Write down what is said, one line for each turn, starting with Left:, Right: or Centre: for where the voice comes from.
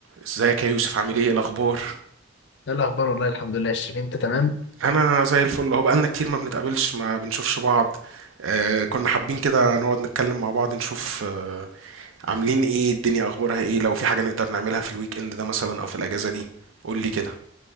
Right: ازيك يا يوسف عامل ايه إيه الاخبار
Left: ايه الاخبار والله الحمد لله يا شيرين انت تمام
Right: انا زي الفل اهو بقالنا كتير ما بنتقابلش ما بنشوفش بعض آه كنا حابين كده نقعد نتكلم مع بعض نشوف آه عاملين ايه الدنيا اخبارها ايه لو في حاجة نقدر نعملها في الويك اند ده مثلا او في الاجازة دي قول لي كده